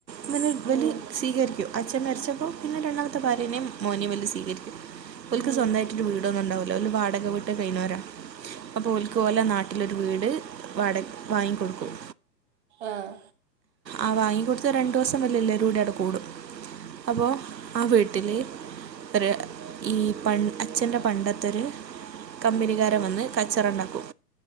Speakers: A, on the right; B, on the right.
A: ഇവല് ഇവല്
B: ഉം,
A: സ്വീകരിക്കും അച്ഛൻ മരിച്ചപ്പോ പിന്നെ രണ്ടാമത്തെ ഭാര്യനെ മോനെ ഇവല് സ്വീകരിക്കും ഓല്ക്ക്
B: ഉം.
A: സ്വന്തായി വീടൊന്നും ഇണ്ടാവുല്ല ഓല് വാടക വിട്ട് കഴിഞ്ഞോരാ അപ്പൊ ഓല്ക്ക് ഓലെ നാ ട്ടിലൊരു വീട് വാട വാങ്ങി കൊടുക്കും
B: ആഹ്
A: ആ വാങ്ങിക്കൊടുത്ത രണ്ട് ദിവസം ഇവല് എല്ലരൂടെ അവിടെ കൂടും അപ്പോ ആ വീട്ടില് ഒര് ഈ പ അച്ഛന്റെ പണ്ടത്തൊര് കമ്പനികാരൻ വന്ന് കച്ചറണ്ടാക്കും